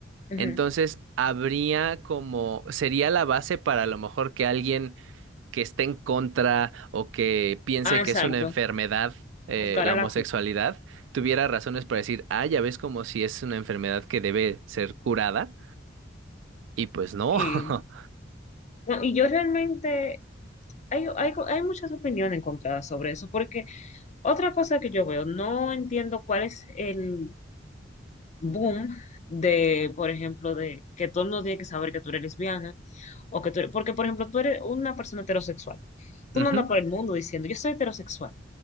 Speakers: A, on the left (about 40°); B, on the right (about 75°).
A: ujú.
B: Entonces, habría como, sería la base para a lo mejor que alguien que esté en contra o que piense
A: Ah, exacto.
B: que es una enfermedad eh,
A: Buscar
B: la
A: a la
B: homosexualidad,
A: cura.
B: tuviera razones para decir, ah, ya ves como si es una enfermedad que debe ser curada, y pues no.
A: Sí.
B: <laughs>
A: No, y yo realmente. Hay, hay, hay muchas opiniones encontradas sobre eso, porque otra cosa que yo veo, no entiendo cuál es el boom de, por ejemplo, de que todo el mundo tiene que saber que tú eres lesbiana o que tú eres, porque, por ejemplo, tú eres una persona heterosexual. Tú
B: Ujú,
A: no andas por el mundo diciendo, yo soy heterosexual.